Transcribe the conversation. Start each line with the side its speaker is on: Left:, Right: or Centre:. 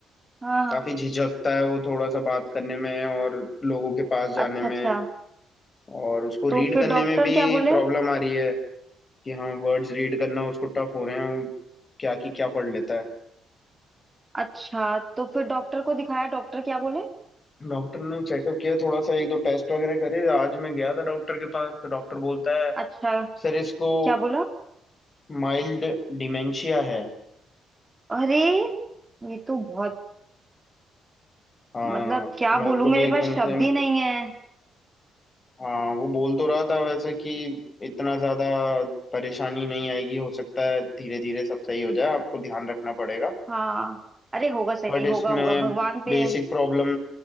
Right: हाँ हाँ
Left: काफी झिझकता है वो थोड़ा सा बात करने में और लोगों के पास
Right: अच्छा
Left: जाने में
Right: अच्छा
Left: और उसको रीड
Right: तो फिर
Left: करने
Right: डॉक्टर
Left: में भी
Right: क्या बोले
Left: प्रॉब्लम आ रही है कि हाँ वर्ड्स रीड करना उसको टफ हो रहे हैं क्या की क्या पढ़ लेता है
Right: अच्छा तो फिर डॉक्टर को दिखाया डॉक्टर क्या बोले
Left: डॉक्टर ने चेकअप किया थोड़ा सा एक दो टेस्ट वगैरह करे आज मैं गया था डॉक्टर के पास तो डॉक्टर बोलता है
Right: अच्छा
Left: सर इसको
Right: क्या बोला
Left: माइल्ड डिमेंशिया है
Right: अरे ये तो बहुत
Left: हाँ
Right: मतलब क्या
Left: मेरे
Right: बोलूं
Left: को भी
Right: मेरे
Left: एकदम
Right: पास शब्द
Left: से
Right: ही नहीं है
Left: हाँ वो बोल तो रहा था वैसे कि इतना ज्यादा परेशानी नहीं आएगी हो सकता है धीरे धीरे सब सही हो जाए आपको ध्यान रखना पड़ेगा
Right: हाँ अरे होगा सही
Left: बट इसमें
Right: होगा होगा भगवान पे
Left: बेसिक
Right: है।
Left: प्रॉब्लम